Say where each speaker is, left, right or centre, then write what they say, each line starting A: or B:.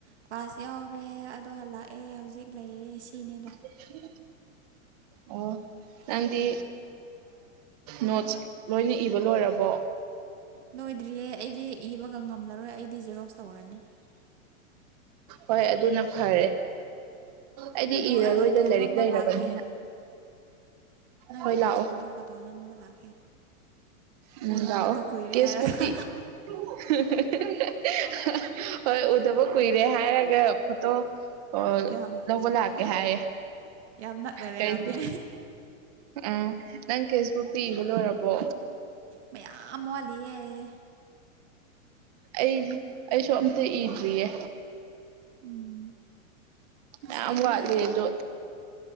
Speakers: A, on the right (about 55°); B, on the right (about 30°).
A: ꯀ꯭ꯂꯥꯁ ꯌꯥꯎꯔꯦ ꯑꯗꯣ ꯍꯜꯂꯛꯑꯦ ꯍꯧꯖꯤꯛ ꯂꯩꯔꯦ ꯁꯤꯅꯦꯗ
B: ꯎꯝ ꯑꯣ ꯅꯪꯗꯤ
A: ꯀꯩꯝ ꯇꯧꯗ꯭ꯔꯦ
B: ꯅꯣꯠꯁ ꯂꯣꯏꯅ ꯏꯕ ꯂꯣꯏꯔꯕꯣ
A: ꯂꯣꯏꯗ꯭ꯔꯤꯌꯦ ꯑꯩꯗꯤ ꯏꯕꯒ ꯉꯝꯂꯔꯣꯏ ꯑꯩꯗꯤ ꯖꯦꯔꯣꯛꯁ ꯇꯧꯔꯅꯤ
B: ꯍꯣꯏ ꯑꯗꯨꯅ ꯐꯔꯦ ꯑꯩꯗꯤ
A: ꯑꯗꯣ
B: ꯏꯔꯔꯣꯏꯗ
A: ꯑꯩ ꯐꯣꯇꯣ
B: ꯂꯥꯏꯔꯤꯛ
A: ꯅꯝꯕ
B: ꯂꯩꯔꯕꯅꯤꯅ
A: ꯂꯥꯛꯀꯦ ꯅꯪꯒꯤ
B: ꯍꯣꯏ ꯂꯥꯛꯑꯣ
A: ꯇꯦꯛꯁꯕꯨꯛꯇꯣ ꯐꯣꯇꯣ ꯅꯝꯕ ꯂꯥꯛꯀꯦ
B: ꯎꯝ
A: ꯎꯅꯗꯕ
B: ꯂꯥꯛꯑꯣ
A: ꯀꯨꯏꯔꯦ
B: ꯀꯦꯁꯕꯨꯛꯇꯤ
A: ꯍꯥꯏꯔꯒ
B: <unintelligible> ꯍꯣꯏ ꯎꯗꯕ ꯀꯨꯏꯔꯦ ꯍꯥꯏꯔꯒ ꯐꯣꯇꯣ ꯑꯣ
A: ꯌꯥꯝ
B: ꯂꯧꯕ ꯂꯥꯛꯀꯦ ꯍꯥꯏꯌꯦ
A: ꯌꯥꯝ ꯅꯛꯅ ꯂꯩꯔꯝꯃꯦ
B: ꯀꯩ ꯎꯝ ꯅꯪ ꯐꯦꯁꯕꯨꯛꯇ ꯏꯕ ꯂꯣꯏꯔꯕꯣ
A: ꯃꯌꯥꯝ ꯋꯥꯂꯤꯌꯦꯦꯌꯦ
B: ꯑꯩ ꯑꯩꯁꯨ ꯑꯝꯇ ꯏꯗ꯭ꯔꯤꯌꯦ
A: ꯎꯝ ꯑꯁ
B: ꯑꯌꯥꯝ
A: ꯑꯩꯗꯤ
B: ꯋꯥꯂꯤꯖ